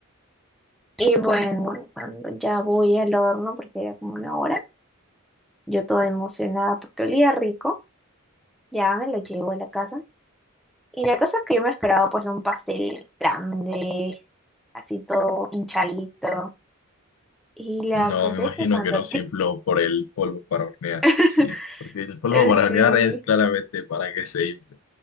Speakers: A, in the centre; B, on the left (about 80°).
A: y bueno, cuando ya voy al horno, porque era como una hora, yo toda emocionada porque olía rico. Ya me lo llevo a la casa. Y la cosa es que yo me esperaba pues un pastel grande, así todo hinchadito. Y la
B: No,
A: cosa
B: me imagino
A: es que cuando...
B: que no se infló por el polvo para hornear.
A: <laughs>
B: Sí, porque el polvo
A: Eh,
B: para
A: Sí,
B: hornear es claramente para que se infle.